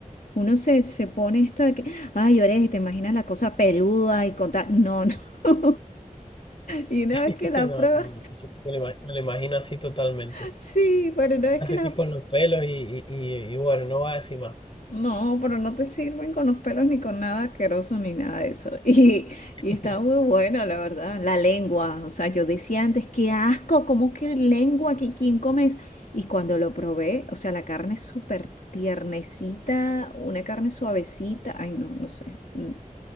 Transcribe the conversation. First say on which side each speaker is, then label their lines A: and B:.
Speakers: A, on the left; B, on the left.
A: Uno se, se pone esto de que, ay, oreja, y te imaginas la cosa peluda y con tal. No, no. <laughs> Y una
B: <laughs>
A: vez que la
B: No, no,
A: pruebas,
B: no, ese lo ima- me lo imagino así totalmente.
A: <laughs> sí, pero una vez
B: Así
A: que la,
B: que con los pelos y, y, y, y bueno, no va a decir más.
A: No, pero no te sirven con los pelos ni con nada asqueroso ni nada de eso. <laughs> Y,
B: <laughs>
A: y está muy bueno, la verdad. La lengua, o sea, yo decía antes, qué asco, ¿cómo que lengua? ¿Qui- ¿Quién come eso? Y cuando lo probé, o sea, la carne es súper tiernecita, una carne suavecita. Ay, no, no sé. Mm.